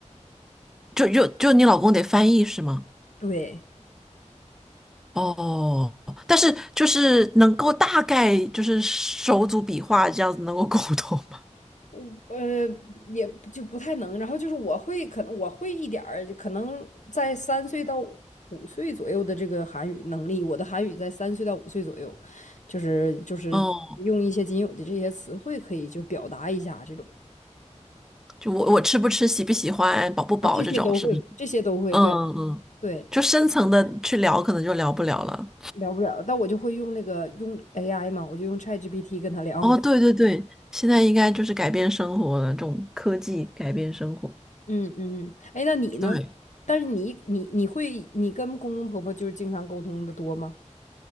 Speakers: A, in the centre; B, on the left.
A: 就就就你老公得翻译是吗？
B: 对，
A: 哦，但是就是能够大概就是手足笔画这样子能够沟通吗？
B: 我呃也就不太能。然后就是我会可能我会一点儿，就可能在三岁到五岁左右的这个韩语能力，我的韩语在三岁到五岁左右，就是就是用一些仅有的这些词汇可以就表达一下这种
A: 哦。就我我吃不吃、喜不喜欢、饱不饱这种，
B: 啊，这些都会，
A: 是不是？
B: 这些都会，
A: 嗯嗯，
B: 对对。
A: 就深层的去聊，可能就聊不了了。
B: 聊不了，但我就会用那个用 AI 嘛，我就用 ChatGPT 跟他聊。
A: 哦，
B: <laughs>
A: 对对对，现在应该就是改变生活了，这种科技改变生活。
B: 嗯嗯，嗯，哎，那你呢？
A: 对，
B: 但是你你你会你跟公公婆婆就是经常沟通的多吗？